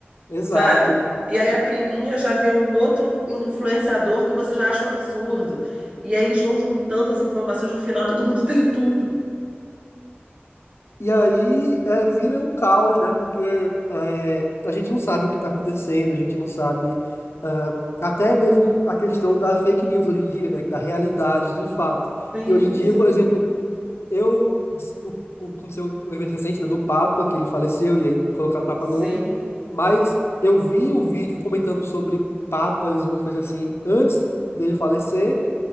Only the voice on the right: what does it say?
sabe? E
aí
a priminha já vê um outro influenciador que você já acha um absurdo. E aí eles vão juntando as informações, no final todo mundo <laughs> tem tudo.
Sim,
sim,
sim.